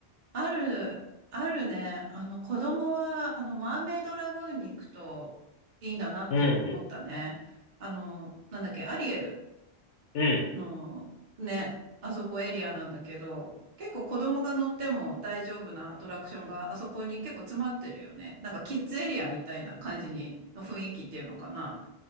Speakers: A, on the right; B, on the left.
A: あ、ある、あるね。あの、子供は、あの、マーメイドラグーンに行くといいんだなっていうのを思ったね。
B: うん
A: あの、なんだっけ、アリエル。
B: うん。うん。
A: の、ね、あそこエリアなんだけど、結構子供が乗っても大丈夫なアトラクションがあそこに結構詰まってるよね。なんかキッズエリアみたいな感じに、の雰囲気っていうのかな。